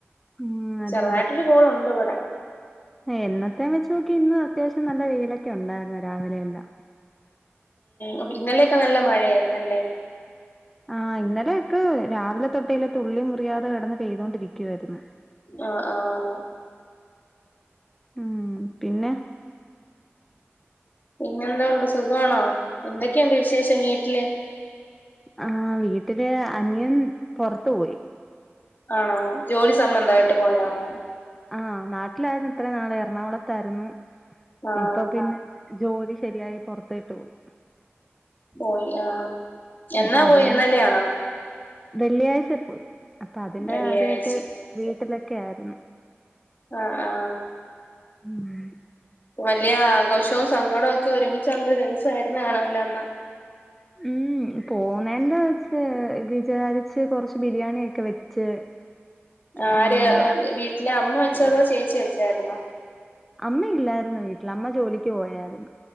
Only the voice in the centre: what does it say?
ഉം അതെ
എന്നത്തെയും വെച്ച് നോക്കിയാ ഇന്ന് അത്യാവശ്യം നല്ല വെയിലൊക്കെ ഉണ്ടായിരുന്നു രാവിലെയെല്ലാം.
ആ ഇന്നലെ ഒക്കെ രാവിലെ തൊട്ടെല്ലേ തുള്ളി മുറിയാതെ കിടന്നിട്ട് പെയ്തൊണ്ടിരിക്കുവായിരുന്നു.
ഉം പിന്നെ
ആ വീട്ടില് അനിയൻ പുറത്ത് പോയി.
ആഹ നാട്ടിലായിരുന്നു ഇത്ര നാള് എറണാകുളത്തായിരുന്നു
ഇപ്പൊ പിന്നെ ജോലി ശരിയായി പുറത്തേട്ട് പോയി.
അപ്പ
അതിനെ
വെള്ളിയാഴ്ച പോയി. അപ്പൊ അതിന്റെ
കാര്യായിട്ട് വീട്ടിലൊക്കെ ആയിരുന്നു.
മം
ഉം പോവുന്നെന്റെ വചാ ഇത് വിചാരിച്ച് കൊറച്ച് ബിരിയാണിയൊക്കെ വെച്ച്
ആഹ്
അമ്മയില്ലായിരുന്നു വീട്ടിൽ അമ്മ ജോലിക്ക് പോയായിരുന്നു